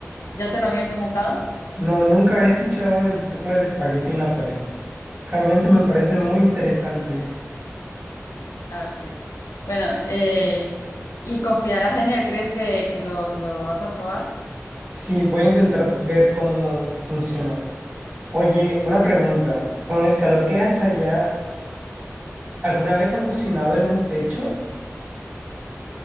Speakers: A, on the left; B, on the right.
A: ¿Ya te lo habían comentado?
B: No, nunca había escuchado del truco del espagueti en la pared. Realmente me parece muy interesante.
A: Ah, ok. Bueno, eh, ¿y confiarás en él? ¿Crees que, que lo, que lo vas a probar?
B: Sí, voy a intentar ver cómo funciona. Oye,
A: Ok.
B: una pregunta. ¿Con el calor que hace allá, alguna vez han cocinado en un techo?